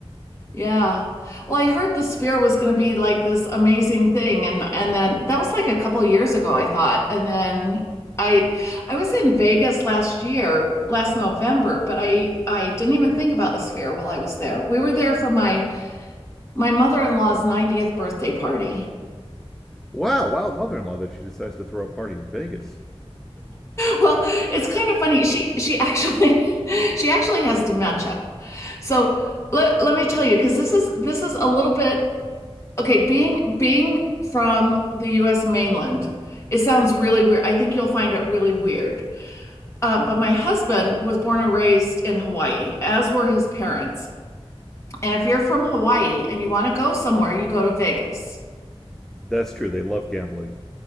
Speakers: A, on the left; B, in the centre.
A: Yeah. Well, I heard the sphere was going to be like this amazing thing and and then that was like a couple of years ago, I thought. And then I I was in Vegas last year, last November, but I I didn't even think about the sphere while I was there. We were there for my my mother-in-law's 90th birthday party. <laughs>
B: Wow, wild mother-in-law that she decides to throw a party in Vegas.
A: Well, it's kind of funny. She she actually <laughs> she actually has dementia. So let let me tell you, because this is this is a little bit Okay, being being from the US mainland, it sounds really weird. I think you'll find it really weird. Uh, but my husband was born and raised in Hawaii, as were his parents. And if you're from Hawaii and you want to go somewhere, you go to Vegas.
B: That's true. They love gambling.